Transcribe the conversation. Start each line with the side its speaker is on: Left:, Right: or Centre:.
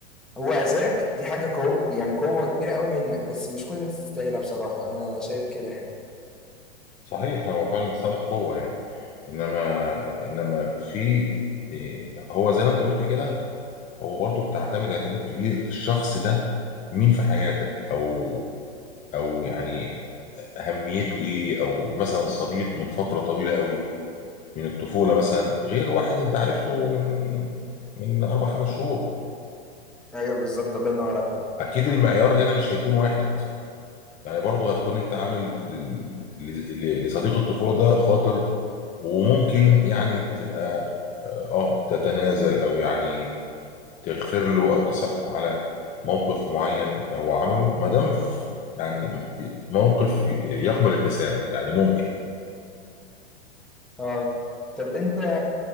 Centre: هو اذاك دي حاجة قوة يعني قوة كبيرة قوي منك بس مش كل الناس تستاهلها بصراحة انا شايف كده يعني
Left: صحيح هو فعلا التسامح قوة يعني انما انما في إيه، هو زي ما انت قلت كده هو برضو بتعتمد اعتماد كبير الشخص ده مين في حياتك او او يعني اهميته ايه او مثلا صديق من فترة طويلة قوي من الطفولة مثلا غير واحد انت عرفته من من اربع خمس شهور
Centre: ايوه بالظبط الله ينور عليك
Left: فاكيد المعيار هنا مش هيكون واحد يعني برضه هتكون انت عامل ل- ل- لصديق الطفولة ده خاطر وممكن يعني تبقى اه آه، تتنازل او يعني تغفر له او تسامحه على موقف معين هو عمله ما دام ف- يعني موقف يقبل التسامح يعني ممكن
Centre: اه طب انت